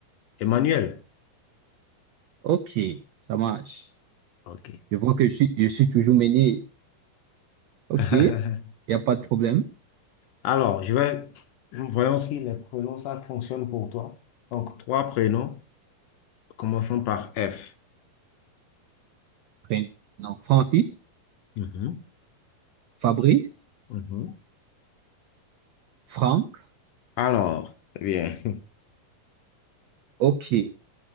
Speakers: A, on the left (about 70°); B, on the right (about 85°).
A: Emmanuel.
B: OK, ça marche.
A: OK.
B: Je vois que je suis, je suis toujours mené. OK,
A: <laughs>
B: il n'y a pas de problème.
A: Alors, je vais, voyons si les prénoms, ça fonctionne pour toi. Donc, trois prénoms, commençons par F.
B: Prénom. Francis,
A: Mhm,
B: Fabrice,
A: mhm.
B: Franck.
A: Alors, eh bien,
B: OK.